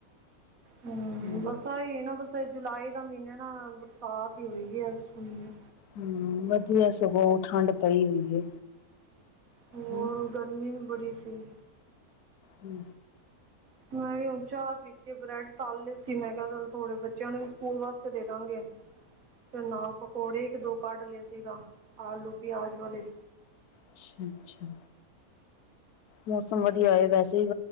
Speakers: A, on the right; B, on the left.
A: ਹੂੰ
B: ਹਮ
A: ਬਸ ਆ ਹੀ ਨਾ ਬੱਸ ਜੁਲਾਈ ਦਾ ਮਹੀਨੇ ਨਾ, ਬਰਸਾਤ ਹੀ ਹੋਏਗੀ ਇਸ ਮਹੀਨੇ
B: ਹੂੰ, ਵਦੀਆ ਸਗੋਂ ਠੰਡ ਪਈ ਹੋਈ ਹੈ
A: ਹੋਰ
B: ਹਨਾ
A: ਗਰਮੀ ਵੀ ਬੜੀ ਸੀ
B: ਹੂੰ।
A: ਮੈਂ ਵੀ ਹੁਣ ਚਾਹ ਪੀਤੀ, ਬ੍ਰੈਡ ਤੱਲ ਲੇ ਸੀ, ਮੈਂ ਕਿਆ ਚਲ ਥੋੜੇ ਬ ਚਿਆਂ ਨੂੰ ਵੀ ਸਕੂਲ ਵਾਸਤੇ ਦੇ ਦਾਂਗੇ ਫਿਰ ਨਾਲ ਪਕੌੜੇ ਇੱਕ-ਦੋ ਕੱਢ ਲਏ ਸੀਗਾ ਆਲੂ ਪਿਆਜ਼ ਵਾਲੇ।
B: ਅੱਛਾ-ਅੱਛਾ। ਮੌਸਮ ਵਦੀਆ ਓਏ, ਵੈਸੇ ਈ